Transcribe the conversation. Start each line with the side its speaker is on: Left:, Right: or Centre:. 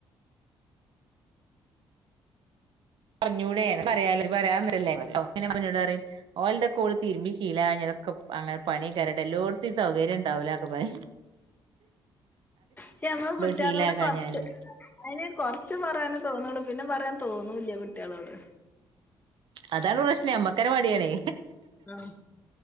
Right: പറഞ്ഞൂടെ അനക്ക് അറിയിലൊ ഇജ് പറയാതി ന്ന്ട്ടല്ലെ അത് കഴിഞ്ഞിട്ട് ഇന്നോട് പറി മഞ്ഞോട് പറയും ഓൾന്ത കോൾ തതിരുമ്പി ശീല അതൊക്കെ അങ്ങനെ പണിയ കയറട്ട് എല്ലോടത്തും സൗകര്യം ഉണ്ടാവലോ ഒക്കെ പറ
Left: ക്ഷമ്മ കുട്ടികളോട്
Right: ശീലാക്കാഞ്ഞാല്
Left: കൊറച്ച് അതിന് കൊറച്ച് പറയാണ് തോന്നള്ളൂ പിന്നെ പറയാൻ തോന്നൂല കുട്ടികളോട്
Right: അതാണ് പ്രശ്നേ അമ' മടിയണേ
Left: ആഹ്